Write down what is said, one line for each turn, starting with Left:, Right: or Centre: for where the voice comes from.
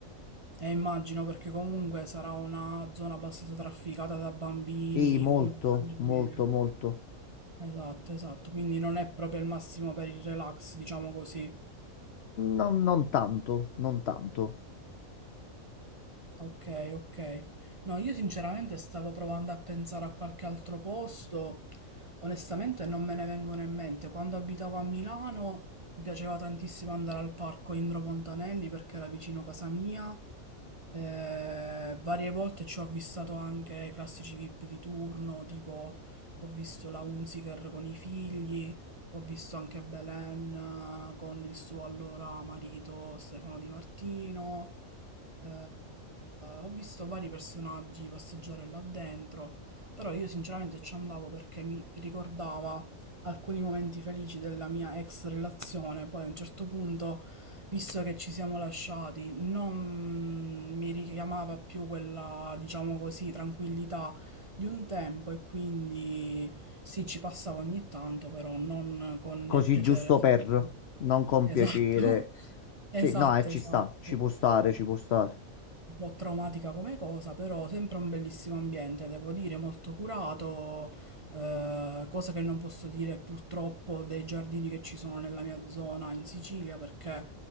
Right: Eh, immagino perché comunque sarà una zona abbastanza trafficata da bambini,
Left: Sì, molto,
Right: comunque famiglie.
Left: molto, molto.
Right: Esatto, esatto, quindi non è proprio il massimo per il relax, diciamo così.
Left: Non, non tanto, non tanto.
Right: Ok, ok. No, io sinceramente stavo provando a pensare a qualche altro posto. Onestamente non me ne vengono in mente. Quando abitavo a Milano mi piaceva tantissimo andare al parco Indro Montanelli perché era vicino casa mia. Eh, varie volte ci ho avvistato anche i classici VIP di turno, tipo ho visto la Hunziker con i figli, ho visto anche Belen eh, con il suo allora marito Stefano Di Martino. Eh, ho visto vari personaggi passeggiare là dentro, però io sinceramente ci andavo perché mi ricordava alcuni momenti felici della mia ex relazione. Poi a un certo punto, visto che ci siamo lasciati, non mi richiamava più quella, diciamo così, tranquillità di un tempo e quindi sì, ci passavo ogni tanto, però non con
Left: Così
Right: il piacere.
Left: giusto
Right: solito.
Left: per, non con
Right: Esatto,
Left: piacere.
Right: <laughs>
Left: Sì,
Right: esatto,
Left: no, eh, ci
Right: esatto
Left: sta, ci può stare, ci può stare.
Right: un po' traumatica come cosa, però sempre un bellissimo ambiente, devo dire, molto curato, eh, cosa che non posso dire purtroppo dei giardini che ci sono nella mia zona in Sicilia, perché